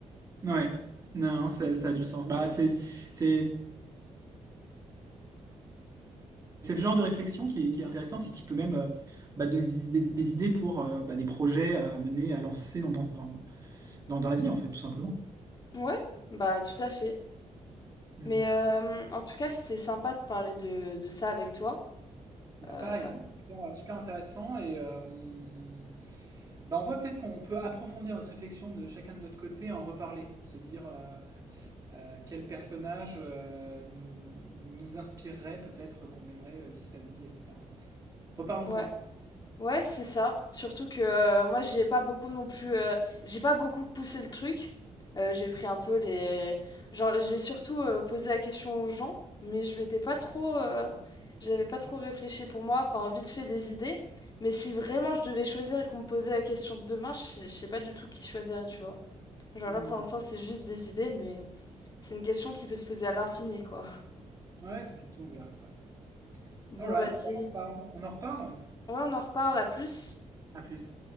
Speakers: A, on the right; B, on the left.
A: Ouais. Non, ça, ça a du sens. Bah, c'est, c'est, c'est le genre de réflexion qui est, qui est intéressante et qui peut même euh, bah, donner des, des- des idées pour euh, bah, des projets à mener, à lancer dans, dans, dans, dans- dans la vie, en fait, tout simplement.
B: Ouais, bah tout à fait.
A: Hmm.
B: Mais euh, en tout cas, c'était sympa de parler de, de ça avec toi.
A: Bah,
B: Euh,
A: pareil, bon, c'est super, super intéressant et euh, on Bah, on voit peut-être qu'on peut approfondir notre réflexion de chacun de notre côté, en reparler, se dire euh, euh, quel personnage euh, nous, nous, nous inspirerait peut-être qu'on aimerait euh, vivre sa vie, etc. Reparlons-en.
B: ouais. Ouais, c'est ça. Surtout que euh, moi, j'ai pas beaucoup non plus. euh, j'ai pas beaucoup poussé le truc. Euh, j'ai pris un peu les. Genre, j'ai surtout euh, posé la question aux gens, mais je m'étais pas trop. euh, j'avais pas trop réfléchi pour moi. Enfin, vite fait des idées. Mais si vraiment je devais choisir et qu'on me posait la question de demain, je sais je sais pas du tout qui choisirait, tu vois. Genre
A: Hmm.
B: là, pour l'instant, c'est juste des idées, mais c'est une question qui peut se poser à l'infini, quoi.
A: Ouais, c'est une question ouverte, ouais.
B: Bon,
A: Alright,
B: vas-y.
A: bah, bah, on on en reparle?
B: Ouais, on en reparle à plus.
A: À plus.